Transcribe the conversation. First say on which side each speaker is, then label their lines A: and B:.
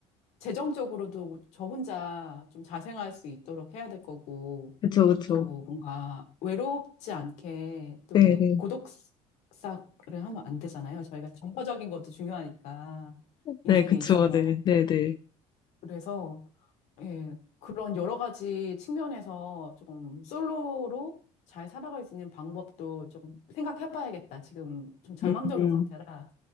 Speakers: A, on the left; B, on the left.
A: 재정적으로도 저 혼자 좀 자생할 수 있도록 해야 될 거고,
B: 그쵸, 그쵸.
A: 또 뭔가 외롭지 않게 또
B: 네,
A: 이
B: 네.
A: 고독사를 하면 안 되잖아요. 저희가 정서적인 것도 중요하니까, 인생에
B: 네, 그쵸.
A: 있어서.
B: 네, 네, 네.
A: 그래서 예, 그런 여러 가지 측면에서 조금 솔로로 잘 살아갈 수 있는 방법도 조금 생각해봐야겠다. 지금 좀 절망적인
B: 음.
A: 상태라